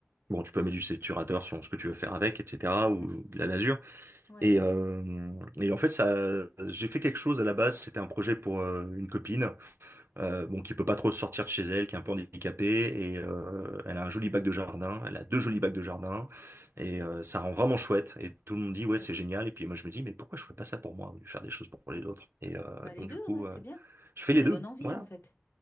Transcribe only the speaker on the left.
mhm.
Ouais.
Ok.
Ouais.
Bah les
deux,
ouais,
c'est bien.
Ça
donne envie
en fait.